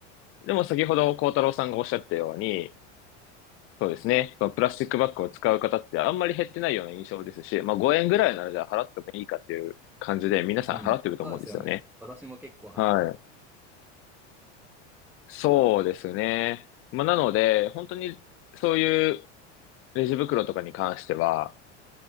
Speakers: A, on the left (about 40°); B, in the centre.
A: でも先ほど幸太郎さんがおっしゃったように、そうですね、そのプラスチックバッグを使う方ってあんまり減ってないような印象ですし、まあ5円ぐらいならじゃあ払ってもいいかっていう感じで皆さん払ってると思うんですよね。
B: うん。そうですよね。私も結構払っちゃう。
A: はい。そうですね。まあなので、本当にそういうレジ袋とかに関しては、